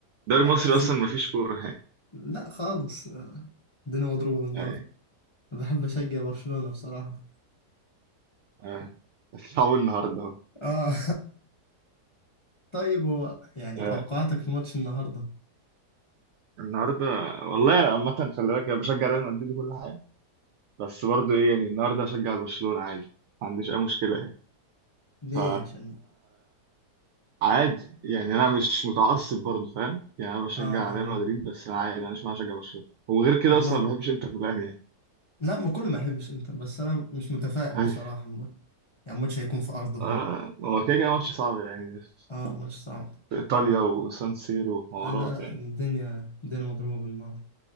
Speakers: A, on the right; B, on the left.
A: دوري مصري
B: عن نفسي
A: اصلا مفيش كوره يعني
B: لا خالص الدنيا مضروبة بالنار
A: يعني
B: بحب اشجع برشلونة بصراحة
A: آه بس هو النهارده اهو
B: اه <laughs> طيب هو يعني
A: آه
B: توقعاتك لماتش النهاردة
A: النهارده والله انا عامه خلي بالك أنا بشجع ريال مدريد وكل حاجه بس برضه ايه يعني النهارده هشجع برشلونه عادي ما عنديش اي مشكله يعني
B: ليه
A: ف
B: عشان
A: عادي يعني انا مش متعصب برضه فاهم يعني انا بشجع
B: اه اه
A: ريال مدريد بس انا عادي معلش ما اشجع برشلونه وغير كده
B: والله
A: اصلا ما بحبش انتر ميلان يعني
B: لا ما كله ما يحبش انتر بس انا مش متفائل
A: أيوة.
B: بصراحة م- يعني الماتش هيكون في ارضهم
A: آه، هو كده كده ماتش صعب يعني في
B: اه ماتش صعب
A: في ايطاليا وسان سيرو وحوارات
B: آه، لا
A: يعني
B: الدنيا الدنيا مضروبة بالنار